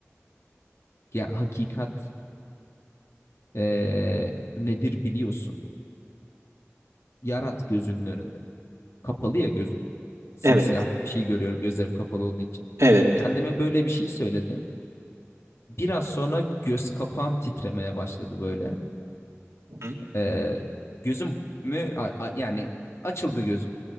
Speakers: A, on the left; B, on the right.
A: ya hakikat eee, nedir biliyorsun. Yarat gözünün önünde. Kapalı ya gözüm. Simsiyah
B: Evet.
A: bir şey görüyorum gözlerim kapalı olduğu için.
B: Evet.
A: Kendime böyle bir şey söyledim. Biraz sonra göz kapağım titremeye başladı böyle.
B: Hı?
A: Eee gözümü a- a- yani açıldı gözüm.